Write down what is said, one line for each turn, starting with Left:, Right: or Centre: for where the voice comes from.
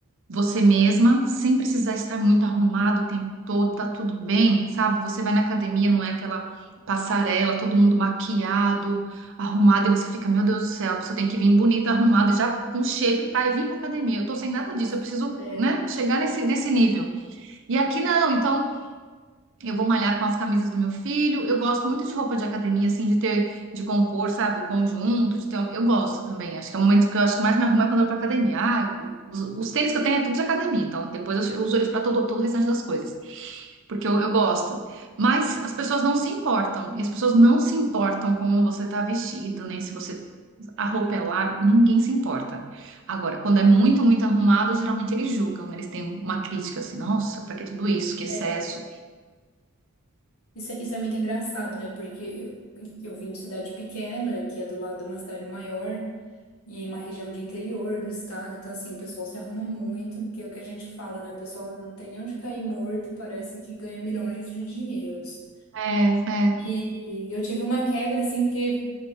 Right: você mesma, sem precisar estar muito arrumado o tempo todo, tá tudo bem, sabe? Você vai na academia, não é aquela passarela, todo mundo maquiado, arrumado, e você fica, meu Deus do céu, a pessoa tem que vir bonita, arrumada, já com shape para vir pra academia. Eu tô sem nada
Left: Mas,
Right: disso, eu preciso,
Left: é,
Right: né, chegar nesse, nesse nível. E aqui não, então eu vou malhar com as camisas do meu filho. Eu gosto muito de roupa de academia, assim, de ter, de compor, sabe, o conjunto, de ter. um- Eu gosto também. Acho que é o momento que eu acho que mais me arrumo é quando eu vou pra academia. Ah, os, os tênis que eu tenho é tudo de academia, então depois eu, eu uso eles pra todo, todo o restante das coisas. Porque eu, eu gosto. Mas as pessoas não se importam. E as pessoas não se importam como você tá vestido, nem se você. A roupa é larga, ninguém se importa. Agora, quando é muito, muito arrumado, geralmente eles julgam, né? Eles têm uma crítica assim, nossa, pra que tudo isso? Que excesso.
Left: é, isso, é- isso é muito engraçado, né? Porque eu, eu vim de cidade pequena, que é do lado de uma cidade maior. E uma região de interior do estado, então assim, o pessoal se arruma muito, que é o que a gente fala, né? O pessoal não tem nem onde cair morto, parece que ganha milhões de dinheiros.
Right: É, é.
Left: E, e eu tive uma quebra, assim, porque,